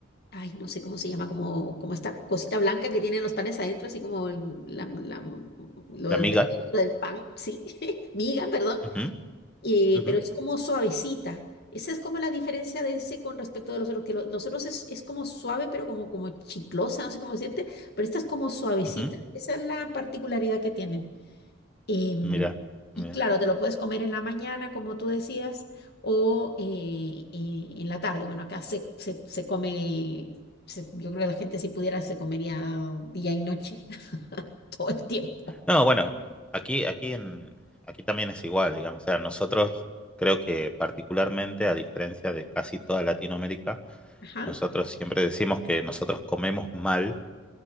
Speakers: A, on the left; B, in the centre.
A: ay, no sé cómo se llama, como, como esta cosita blanca que tienen los panes adentro, así como el- la- la- lo
B: La
A: del,
B: miga.
A: lo del pan, sí, <laughs> miga, perdón
B: Ujú,
A: eh,
B: ujú,
A: pero es como suavecita. Esa es como la diferencia de ese con respecto de los otros, que lo- los otros es, es como suave, pero como, como chiclosa, no sé cómo decirte, pero esta es como suavecita.
B: ujú,
A: Esa es la particularidad que tienen. Em,
B: Mira,
A: y
B: mira.
A: claro, te lo puedes comer en la mañana, como tú decías, o eh, eh, en la tarde. Bueno, acá se, se, se come, se- yo creo que la gente si pudiera se comería día y noche, <laughs> todo el tiempo.
B: No, bueno, aquí, aquí en, aquí también es igual, digamos. O sea, nosotros creo que particularmente, a diferencia de casi toda Latinoamérica,
A: Ajá.
B: Nosotros siempre decimos que nosotros comemos mal,